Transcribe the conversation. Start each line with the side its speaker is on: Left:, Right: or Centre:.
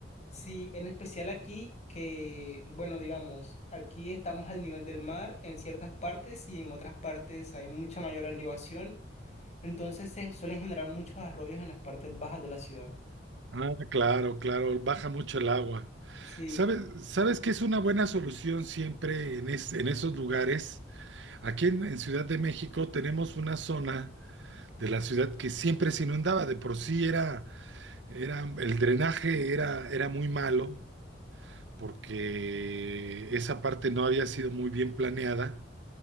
Left: Sí, en especial aquí que, bueno, digamos, aquí estamos al nivel del mar en ciertas partes y en otras partes hay mucha mayor elevación, entonces se suelen generar muchos arroyos en las partes bajas de la ciudad.
Right: Ah, claro, claro, baja mucho el agua.
Left: Sí,
Right: ¿Sabes, sabes que es una buena solución siempre en, es- en esos lugares? Aquí en, en Ciudad de México tenemos una zona de la ciudad que siempre se inundaba, de por sí era, era el drenaje era, era muy malo porque esa parte no había sido muy bien planeada